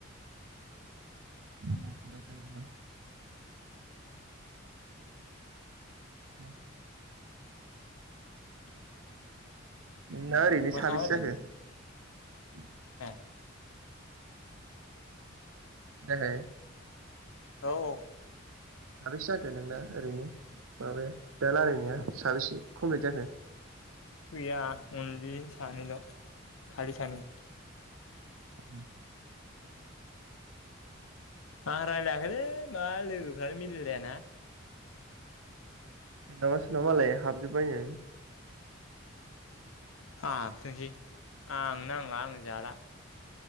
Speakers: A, on the right; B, on the left.
A: <unintelligible> <unintelligible>
B: <unintelligible>
A: नोंना ओरैनो
B: बहा
A: साबेसे
B: थाङाबा जायो
A: जाखो
B: ए
A: थाखाय
B: औ औ
A: साबेसे जाखो नोंना ओरैनो माबाया बे लायरायनाया साबेसे कमप्लिट जाखो
B: गैया अनलि सानैल' खालि सानै
A: उम
B: आं रायलायाखैलै मा लोगो फ्रानो मिलायलायाना
A: सोरनाबा सोरनाबा मालाय हाबजोबबायनो
B: हाबथोंसै आंनो नांला आं जाला